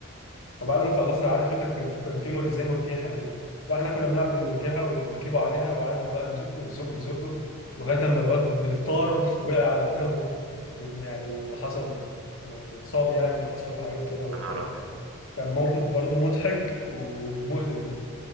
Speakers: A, on the left; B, on the right.
A: وبعد ما خلصنا عارف انت كان في كان في مر- زي مرجيحه كده فاحنا كنا بنلعب بالمرجيحه وبنركبه عليها وقعدنا بقى نزق نزق نزقه لغايه اما الواد طار <laughs> وقع على دماغه ود- يعني وحصل يعني اتصاب يعني وحصل له حاجات كده وبتاع
B: يا نهار أبيض
A: كان موقف برضه مضحك ومؤلم